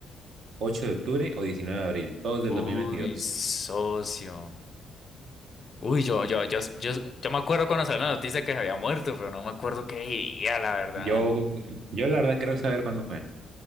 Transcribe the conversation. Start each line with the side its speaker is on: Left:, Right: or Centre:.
Right: 8 de octubre o 19 de abril? Todos del
Left: Uy,
Right: 2022.
Left: socio. Uy, yo, yo, yo, yo, yo me acuerdo cuando salió la noticia que se había muerto, pero no me acuerdo qué día, la verdad.
Right: Yo, yo la verdad quiero saber cuándo fue.